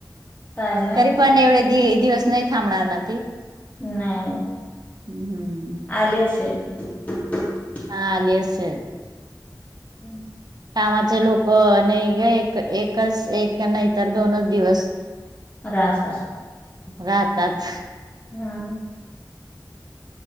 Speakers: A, on the left (about 20°); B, on the right (about 60°).
A: काय माहिती
B: तरी पण एवढे दि दिवस नई थांबणार ना ती.
A: नाही.
B: हम्म
A: आली <inaudible>
B: हा आली असेल.
A: हम्म.
B: कामाचे लोक नाही ग एक एकच एक नाहीतर दोनच दिवस.
A: <unintelligible>
B: राहताच.
A: नाराज.